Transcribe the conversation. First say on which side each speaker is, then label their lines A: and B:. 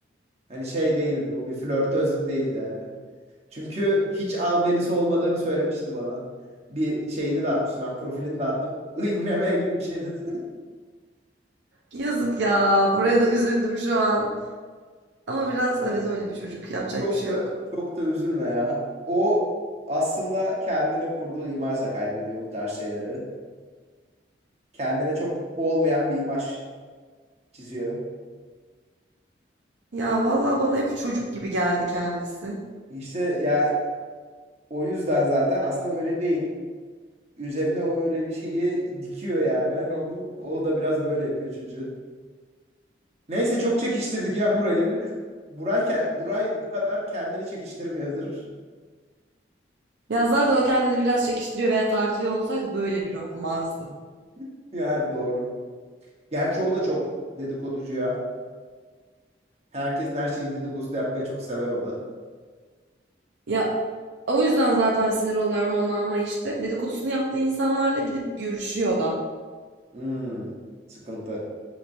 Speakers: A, on the right (about 35°); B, on the right (about 75°).
A: Hani şey değildi o bir flörtözlük değildi yani. Çünkü hiç albenisi olmadığını söylemişti bana. Bir şeyini de atmıştım ben profilini de attım. <laughs> Iy bu ne be gibi bir şey dedi.
B: Yazık ya. Buraya da üzüldüm şu an. Ama biraz
A: <laughs>
B: evet öyle bir çocuk. Yapacak
A: Çok
B: bir şey
A: da
B: yok.
A: çok da üzülme ya. O aslında kendine kurduğu imajla kaybediyor bu tarz şeyleri. Kendine çok olmayan bir imaj çiziyor.
B: Ya vallahi bana hep çocuk gibi geldi kendisi.
A: İşte ya o yüzden zaten aslında öyle değil. Üzerine o öyle bir şeyi dikiyor yani hani onu. O da biraz böyle yapıyor çocuğu. Neyse çok çekiştirdik ya burayı. Buray, ke- Buray bu kadar kendini çekiştirmiyordur.
B: Ya zaten o kendini biraz çekiştiriyor veya tartıyor olsaydı böyle biri olmazdı.
A: <laughs> Yani doğru. Gerçi o da çok dedikoducu ya. Herkesin her şeyin dedikodusunu yapmayı çok sever o da.
B: Ya o yüzden zaten sinir oluyorum ona ama işte dedikodusunu yaptığı insanlarla gidip görüşüyor da.
A: Hmm, sıkıntı.